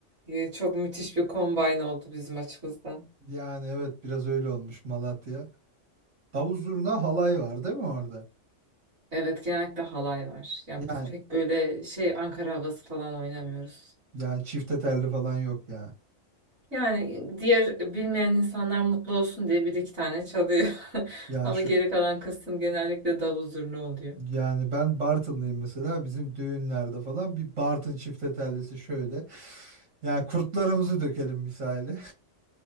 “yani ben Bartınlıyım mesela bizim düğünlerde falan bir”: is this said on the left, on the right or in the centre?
Right